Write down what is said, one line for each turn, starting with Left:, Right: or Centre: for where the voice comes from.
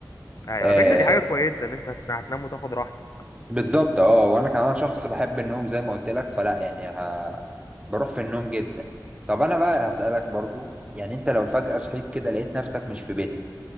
Left: أيوة،
Right: آه،
Left: على فكرة دي حاجة كويسة ان انت هت- هتنام وتاخد راحتك
Right: بالظبط اه وانا كمان شخص بحب النوم زي ما قلت لك فلا يعني ه... بروح في النوم جدا طب انا بقى هسألك برضو يعني انت لو فجأة صحيت كده لقيت نفسك مش في بيتك